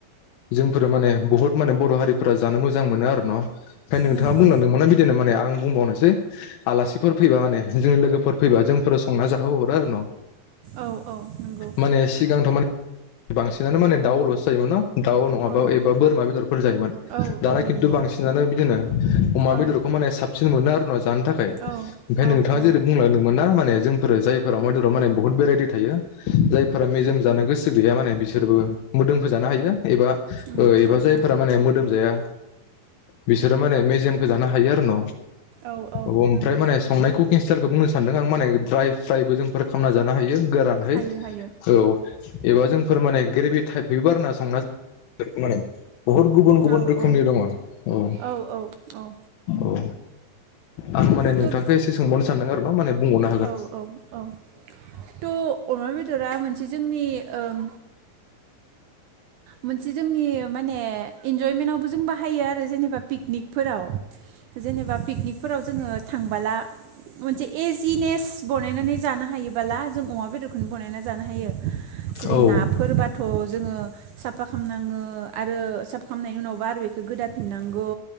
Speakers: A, on the left (about 80°); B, on the right (about 75°).
A: जोंफोर माने बुहुद माने बर' हारिफोरा जानो मोजां मोनो आरो। न ओफ्राय नोंथाङा
B: नंगौ
A: बुंलांदोंमोना बिदिनो माने आं आं बुंबावनोसै आलासिफोर फैबा माने जोंनि लोगोफोर फैब्ला जोंफोर संना जाहोहरो आरो न।
B: औ औ नंगौ।
A: माने सिगांथ' माने बांसिनानो माने दाउ लसो जायोमोन न। दाउ नङाबा
B: औ
A: एबा बोरमा बेदरफोर जायोमोन
B: औ
A: दाना
B: औ
A: खिन्थु
B: नंगौ
A: बांसिनानो बिदिनो अमा
B: औ
A: बेदरखौ माने साबसिन मोनो आरो न जानो थाखाय
B: औ
A: ओमफ्राय
B: औ
A: नोंथाङा
B: औ
A: जेरै बुंलांदोंमोन ना माने जोंफोर जायफोरा अमा बेदराव माने बुहुत भेरायटि थायो जायफोरा मेजेम जानो गोसो गैया माने बिसोरबो मोदोमखौ जानो हायो एबा
B: उम
A: ओ एबा
B: औ
A: जायफोरा
B: औ
A: माने मोदोम जाया बिसोरो माने मेजे जेमखौ जानो हायो आरो न।
B: औ औ
A: अ ओमफ्राय
B: नंगौ
A: माने संनायखौ स्टाइलखौ बुंनो सै सानदों आं माने ड्राय फ्राइबो जोंफोर खालामना जानो हायो। रानहै
B: हायो हायो
A: औ। एबा जोंफोर माने ग्रेबि टाइपनिबो आरोना संना <inaudible> माने बुहुद गुबुन गुबुन
B: औ
A: रोखोमनि
B: औ
A: दङ औ
B: औ औ औ
A: औ। आं माने नोंथांखौ
B: थ'
A: एसे सोंबावनो सानदों आरो। न माने बुंबावनो हागोन
B: औ औ औ थ‌ अमा बेद रा मोनसे जोंनि ओम मोनसे जोंनि माने इन्जयमेन्टावबो जों बाहायो आरो जेनेबा पिकनिकफोराव जेनेबा पिकनिक फोराव जोङो थांबोला मोनसे इजिनेस बानायनानै जानो हायोबोला जों अमा बेदरखौनो बानायनानै जानो हायो।
A: औ
B: जेरै नाफोरबाथ' जोङो साफा खालामनाङो आरो साफा खालामनायनि उनावबा आरो बेखौ गोदाफिननांगौ